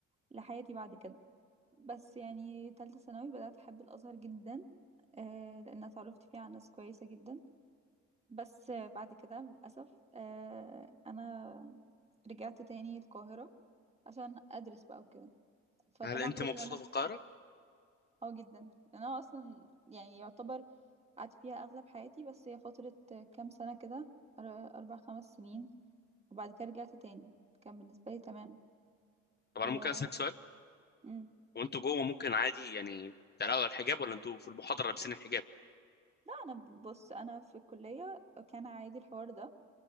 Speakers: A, on the right (about 20°); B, on the left (about 35°).
A: لحياتي بعد كده بس يعني تالتة ثانوي بدأت أحب الأزهر جدا آه لأن اتعرفت فيه على ناس كويسة جدا بس بعد كده للأسف آه، أنا رجعت تاني القاهرة عشان أدرس بقى وكده فطبعا
B: هل انت
A: كل
B: مبسوطة
A: اللي أنا
B: في القاهرة؟
A: اه جدا أنا أصلا يعني يعتبر قعدت فيها أغلب حياتي بس هي فترة كام سنة كده أر- أربع خمس سنين وبعد كده رجعت تاني كان بالنسبة لي تمام
B: طب انا
A: و
B: ممكن اسألك سؤال
A: مم.
B: هو انتوا جوه ممكن عادي يعني تقلعوا الحجاب ولا انتوا في المحاضرة لابسين الحجاب؟
A: لا أنا بص أنا في الكلية كان عادي الحوار ده